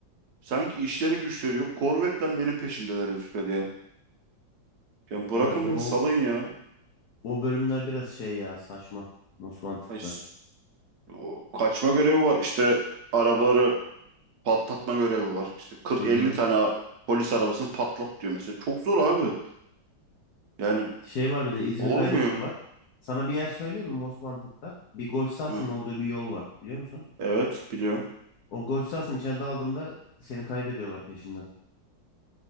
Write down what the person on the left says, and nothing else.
Evet o
o bölümler biraz şey ya saçma. Most Wanted'da.
Hı hı.
Şey var bir de izini
kaybettir var. Sana bir yer söyleyeyim mi Most Wanted'da? Bir golf sahasının
olduğu bir yol var biliyor musun?
O golf sahasının içine daldığında seni kaybediyorlar peşinden.